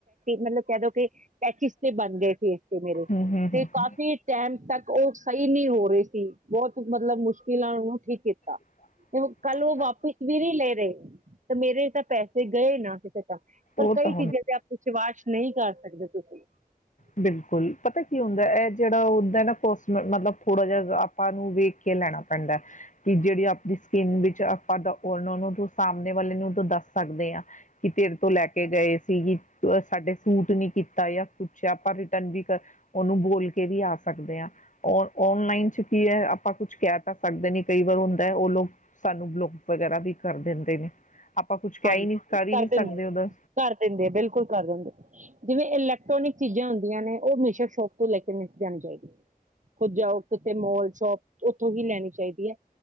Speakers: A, on the right; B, on the left.
A: ਮਤਲਬ ਕਹਿ ਦੋ ਕਿ ਪੈਚਿਸ ਤੇ ਬਣ ਗਏ ਸੀ। ਮੇਰੇ
B: ਹੂੰ ਹੂੰ
A: ਤੇ
B: ਹੂੰ
A: ਕਾਫੀ
B: ਹੂੰ
A: ਟੈਮ ਤੱਕ ਉਹ ਸਹੀ ਨਹੀਂ ਹੋ ਰਹੀ ਸੀ ਬਹੁਤ ਮਤਲਬ ਮੁਸ਼ਕਿਲਾਂ ਉਹਨੂੰ ਠੀਕ ਕੀਤਾ,
B: ਹੁਣ
A: ਕੱਲ੍ਹ ਉਹ ਵਾਪਿਸ ਵੀ ਨਹੀਂ ਲੈ ਰਹੇ ਤੇ ਮੇਰੇ ਤਾਂ ਪੈਸੇ ਤੇ ਗਏ ਨਾ ਕਿਤੇੇ ਤਾਂ। ਪਰ
B: ਉਹ
A: ਕਈ
B: ਤਾਂ
A: ਚੀਜ਼ਾਂ ਤੇ ਆਪ ਵਿਸ਼ਵਾਸ਼ ਨਹੀਂ ਕਰਦੇ। <unintelligible>
B: ਬਿਲਕੁਲ ਪਤਾ ਕੀ ਹੁੰਦਾ ਇਹ ਜਿਹੜਾ ਹੁੰਦਾ ਕੋਸਮੇਟ ਥੋੜਾ ਜਿਹਾ ਆਪਾਂ ਨੂੰ ਵੇਖ ਕੇ ਲੈਣਾ ਪੈਂਦਾ, ਕਿ ਜਿਹੜੀ ਆਪਣੀ ਸਕਿਨ ਵਿੱਚ ਆਪਾਂ ਦਾ ਨਾ ਉਹਨੂੰ ਸਾਹਮਣੇ ਵਾਲੇ ਨੂੰ ਤਾਂ ਦੱਸ ਸਕਦੇ ਹਾਂ। ਕਿ ਤੇਰੇ ਤੋਂ ਲੈ ਕੇ ਗਏ ਸੀ। ਸਾਡੇ ਸੂਟ ਨੀ ਕੀਤਾ ਜਾਂ ਫਿ ਆਪਾਂ ਰਿਟਰਨ ਵੀ ਕਰ ਉਹਨੂੰ ਬੋਲ ਕੇ ਵੀ ਆ ਸਕਦੇ ਹਾਂ ਓਨਲਾਈਨ ਚ ਕੀ ਐ, ਆਪਾਂ ਕੁਛ ਕਹਿ ਤਾਂ ਸਕਦੇ ਨੇ ਕਈ ਵਾਰ ਹੁੰਦਾ ਉਹ ਲੋਕ ਸਾਨੂੰ ਬਲੋਕ ਵਗੈਰਾ ਵੀ ਕਰ ਦਿੰਦੇ ਨੇ। ਆਪਾਂ ਕੁਛ ਕਹਿ
A: ਹਾਂਜੀ
B: ਹੀ ਨਹੀਂ ਹੀ
A: ਕਰ
B: ਨਹੀਂ
A: ਦਿੰਦੇ
B: ਸਕਦੇ ਉਹਦਾ
A: ਆ ਦਿੰਦੇ ਆ ਬਿਲਕੁਲ ਕਰ ਦਿੰਦੇ ਜਿਵੇਂ ਇਲੈਕਟ੍ਰੋਨਿਕ ਚੀਜ਼ਾਂ ਹੁੰਦੀਆਂ ਨੇ ਉਹ ਮਿਸ਼ਰ ਸ਼ੋਪ ਤੋਂ ਲੈ ਕੇ ਨੀ ਜਾਣੀ ਚਾਹੀਦੀ, ਖੁੱਦ ਜਾਓ ਕਿਤੇ ਮੋਲ, ਸ਼ੋਪ ਉੱਥੋਂ ਹੀ ਲੈਣੀ ਚਾਹੀਦੀ ਹੈ।